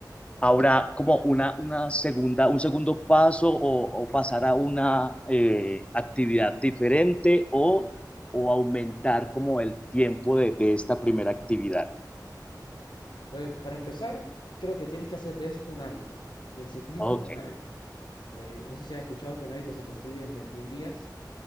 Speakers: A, on the left; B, on the left.
A: ¿habrá como una, una segunda, un segundo paso o, o pasar a una eh, actividad diferente o, o aumentar como el tiempo de, de esta primera actividad?
B: Pues para empezar, creo que tienes que hacer de esto un hábito, del ciclismo
A: Ok,
B: un hábito. Eh, no sé si has escuchado que un hábito se construye en veintiún días.